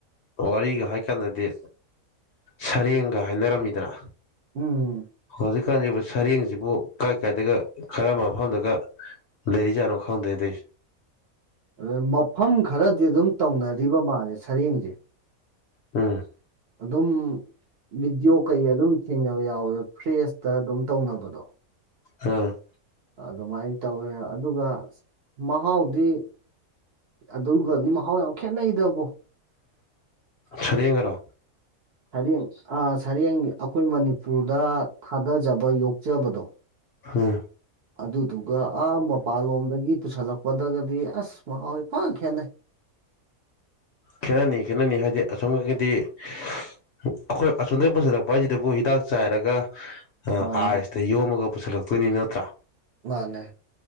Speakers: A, on the left; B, on the right.
A: ꯋꯥꯔꯤꯒ ꯍꯥꯏꯀꯥꯟꯗꯗꯤ ꯁꯔꯦꯡꯒ ꯍꯥꯏꯅꯔꯝꯃꯤꯗꯅ
B: ꯎꯝ
A: ꯍꯧꯖꯤꯛꯀꯥꯟꯁꯤ ꯁꯔꯦꯡꯁꯤꯕꯨ ꯀꯥꯏ ꯀꯥꯏꯗꯒ ꯈꯔ ꯃꯐꯝꯗꯒ ꯂꯩꯔꯤ ꯆꯅꯣ ꯈꯥꯗꯗꯤ
B: ꯑ ꯃꯐꯝ ꯈꯔꯗꯤ ꯑꯗꯨꯝ ꯇꯧꯅꯔꯤꯕ ꯃꯥꯜꯂ ꯁꯔꯦꯡꯁꯦ
A: ꯑꯝ
B: ꯑꯗꯨꯝ ꯕꯤꯗꯣ ꯀꯩ ꯑꯗꯨꯝ ꯊꯤꯡꯅꯕ ꯌꯥꯎꯋꯦꯕ ꯐ꯭ꯔꯦꯁꯇ ꯑꯗꯨꯝ ꯇꯧꯅꯕꯗꯣ
A: ꯎꯝ
B: ꯑꯗꯨꯃꯥꯏꯅ ꯇꯧꯋꯦ ꯑꯗꯨꯒ ꯃꯍꯥꯎꯗꯤ ꯑꯗꯨꯒꯗꯤ ꯃꯍꯥꯎ ꯌꯥꯝ ꯈꯦꯠꯅꯩꯗꯕꯣ
A: ꯁꯗꯤꯡꯒꯔꯣ
B: ꯁꯔꯦꯡ ꯁꯔꯦꯡ ꯑꯩꯈꯣꯏ ꯃꯅꯤꯄꯨꯔꯗ ꯊꯥꯗꯖꯕ ꯌꯣꯛꯆꯕꯗꯣ
A: ꯍꯥ
B: ꯑꯗꯨꯗꯨꯒ ꯑꯥ ꯃꯄꯥꯟꯂꯣꯝꯗꯒꯤ ꯄꯨꯁꯜꯂꯛꯄꯗꯒꯗꯤ ꯑꯁ ꯃꯍꯥꯎ ꯄꯥꯛ ꯈꯦꯅꯩ
A: ꯈꯦꯠꯅꯅꯤ ꯈꯦꯠꯅꯅꯤ ꯍꯥꯏꯗꯤ ꯑꯁꯣꯝ ꯈꯀꯤꯗꯤ ꯑꯩꯈꯣꯏ ꯑꯁꯣꯝꯗꯒꯤꯩ ꯄꯨꯁꯤꯜꯂꯛꯄ ꯍꯥꯏꯁꯤꯗꯕꯨ ꯍꯤꯗꯥꯛ ꯆꯥꯏꯔꯒ
B: ꯃꯥꯅꯦ
A: ꯑꯥꯏꯁꯇ ꯌꯣꯝꯃꯒ ꯄꯨꯁꯤꯜꯂꯛꯇꯣꯏꯅꯤ ꯅꯠꯇ꯭ꯔꯥ
B: ꯃꯥꯅꯦ